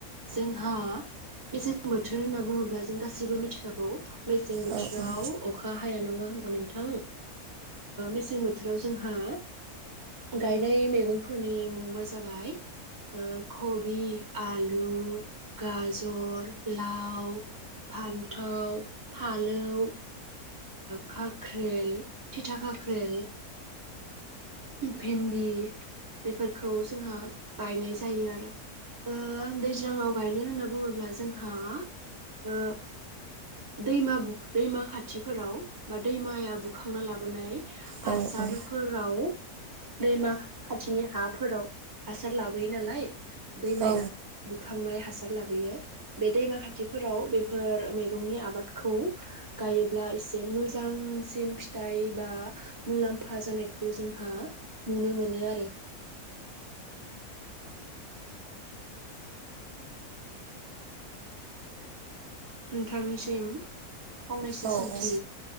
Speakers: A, on the right; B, on the right.
A: जोंहा मेसें बोथोर होनना बुङोब्ला जों गासैबो मिथिखागौ मेसें बोथोराव
B: औ औ
A: अखा हाया नङा नोंथां मेसें बोथोराव जोंहा गायनाय मैगंफोरनि मुंबा जाबाय कबि, आलु, गाजर, लाव, फान्थाव, फालौ, खाख्रेल, थिथा खाख्रेल, भिन्दि बेफोरखौ जोंहा बायनाय जायो आरो ओ दैज्लांआव गायनो होनना बुङोब्ला जों हा ओ दैमा दैमा खाथिफोराव बा दैमाया बुखांना लाबोनाय हासारफोराव
B: गायनो होनना बुङोब्ला जोंहा
A: दैमा खाथिनि हाफोराव हासार लाबोयो नालाय दैमाया
B: औ
A: बुखांनाय हासार हासार लाबोयो बे दैमा खाथिफोराव बेफोर मैगंनि आबादखौ गायोब्ला एसे मोजांसिन फिथाइ बा मुलाम्फा जानायखौ जोंहा नुनो मोनो आरो नोंथांनिसिम फंनैसो
B: औ
A: सोंथि
B: औ